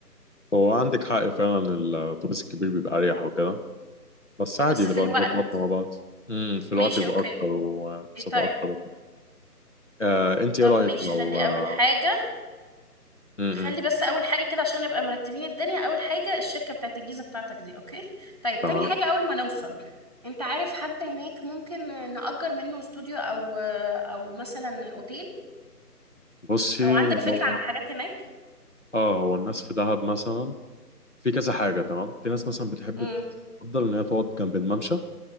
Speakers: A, on the left; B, on the right.
A: هو عندك حق فعلا الاتوبيس الكبير بيبقى اريح وكده بس عادي
B: بس
A: نبقى
B: في الوقت
A: نظبطها مع بعض مم. في الوقت
B: ماشي
A: يبقى
B: اوكي
A: اكتر ومسافه
B: إيه طيب
A: اكتر آه، انت
B: طب
A: ايه رايك
B: ماشي
A: لو
B: خلي
A: آه،
B: اول حاجة
A: م-
B: خلي
A: م،
B: بس اول حاجة كده عشان نبقى مرتبين الدنيا اول حاجة الشركة بتاعت الجيزة بتاعتك دي اوكي طيب
A: تمام
B: تاني حاجة اول ما نوصل انت عارف حد هناك ممكن نأجر منه استوديو او او مثلا اوتيل
A: بصي
B: او عندك فكرة
A: هو
B: عن الحاجات هناك
A: اه هو الناس في دهب مثلا في كذا حاجه تمام في ناس مثلا بتحب
B: امم
A: تفضل ان هي تقعد جنب الممشى